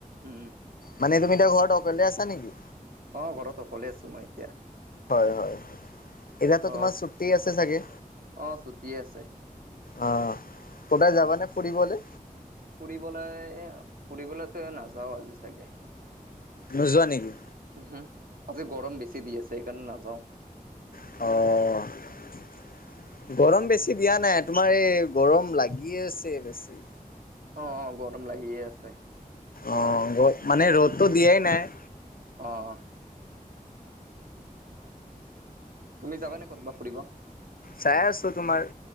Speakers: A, on the right; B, on the left.
A: উম
B: মানে তুমি এতিয়া ঘৰত অকলে আছা নেকি?
A: অ ঘৰত অকলে আছো মই এতিয়া
B: হয় হয় এতিয়া তো
A: অ
B: তোমাৰ ছুটি আছে চাগে
A: অ ছুটিয়ে আছে
B: অ কোদায় যাবানে ফুৰিবলে
A: ফুৰিবলে ফুৰিবলেতো নাযাওঁ আজি চাগে।
B: নোযোৱা নেকি?
A: উ হুম আজি গৰম বেছি দি আছে সেইকাৰণে নাযাওঁ
B: অ গৰম বেছি দিয়া নাই তোমাৰ এই গৰম লাগি আছে বেছি
A: অ অ গৰম লাগি আছে হয়
B: অ মানে ৰ'দটো দিয়াই নাই।
A: অ তুমি যাবানে ক'তবা ফুৰিব?
B: চাই আছো তোমাৰ।